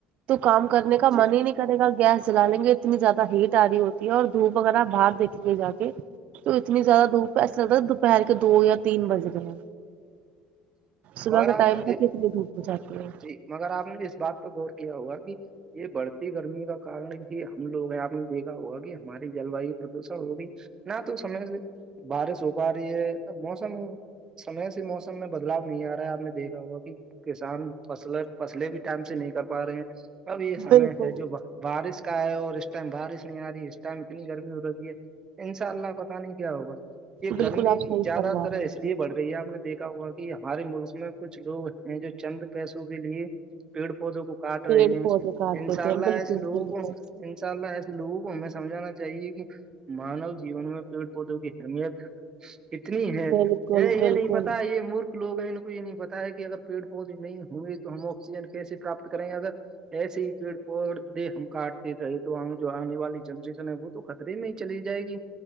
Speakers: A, on the right (about 50°); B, on the right (about 25°).
A: تو کام کرنے کا
B: جی
A: من ہی نہیں کرے گا گیس جلا لیں گے اتنی زیادہ ہیٹ اری ہوتی ہے اور دھوپ وغیرہ آ باہر دیکھ لیے جا کے تو اتنی زیادہ دھوپ ہے ایسا لگتا دوپہر کے دو یا تین بج گے ہیں صبح
B: مگر
A: کا
B: آپ
A: ٹائم
B: نے
A: تھاک
B: دیکھ
A: کتنی دھوپ ہو جاتی ہے
B: جی مگر آپ نے اس بات پہ غور کیا ہوگا کہ یہ بڑھتی گرمی کا کارن ہی ہم لو آپ نے دیکھا ہوا کہ ہماری جل وایو پردوشن وہ بھی نہ تو سمے سے بارش ہو پا رہی ہے موسم سمے سے موس م میں بدلاؤ نہیں آ رہا ہے آپ نے دیکھا ہوا کہ کسان فصل فصلیں بھی ٹائم سے نہیں کر پا رہے ہیں اب یہ سمے
A: بالکل
B: ہے جو بارش کا ہے اور اس ٹائم بارش نہیں آ رہی ہے اس ٹائم اتنی گرمی ہو رہی ہے انشاء اللہ پتہ نہیں کیا ہوگا یہ
A: بالکل
B: گرمی
A: آپ صحیح
B: زیادہ
A: فرما
B: تر
A: رہے ہیں
B: ہے اس لیے بڑھ رہی ہے آپ نے دیکھا ہوا کہ ہمارے ملک میں کچھ لوگ ہیں جو چند پیسوں کے لیے پیڑ پودوں کو کاٹ رہے
A: پیڑ
B: ہیں
A: پودے کاٹ
B: انشاء
A: دیتے
B: اللہ
A: ہیں بالکل
B: ایسے لوگوں
A: بالکل
B: کو انشاء اللہ ایسے لوگوں کو ہمیں سمجھانا چاہیے کہ مانوہ جیون میں پیڑ پودوں کی اہمیت کتنی ہے انہیں
A: بالکل
B: یہ
A: بالکل
B: نہیں پتا یہ مورک لوگ ہیں ان کو یہ نہیں پتا ہے کہ اگر پیڑ پودے نہیں ہوئے تو ہم آکسیجن کیسے پراپت کریں گے اگر ایس ہی پیڑ پوردے ہم کاٹتے تھے تو جو آنے والی جنریشن ہے وہ تو خطرے میں ہی چلی جائے گی